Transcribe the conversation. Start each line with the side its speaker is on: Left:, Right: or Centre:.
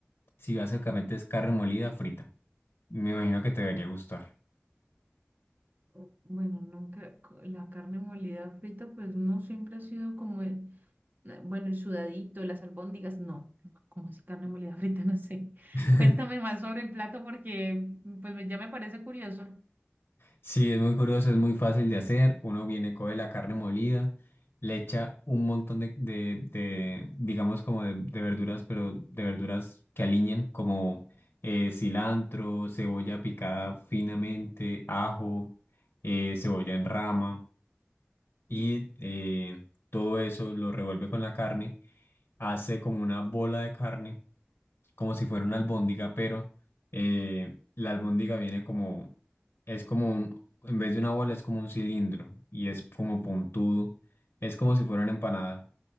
Left: Sí, básicamente es carne molida frita. Me imagino que te debería gustar.
Right: O- Bueno, nunca, co- la carne molida frita, pues no siempre ha sido como el, na- bueno, el sudadito, las albóndigas, no, no, como así carne molida frita, <laughs> no sé.
Left: <laughs>
Right: Cuéntame más sobre el plato porque pues me- ya me parece curioso.
Left: Sí, es muy curioso, es muy fácil de hacer. Uno viene, coge la carne molida, le echa un montón de, de, de, digamos, como de, de verduras, pero de verduras que aliñen, como eh, cilantro, cebolla picada finamente, ajo, eh, cebolla en rama, y eh, todo eso lo revuelve con la carne, hace como una bola de carne como si fuera una albóndiga, pero eh, la albóndiga viene como, es como un, en vez de una bola es como un cilindro y es como puntudo, es como si fuera una empanada,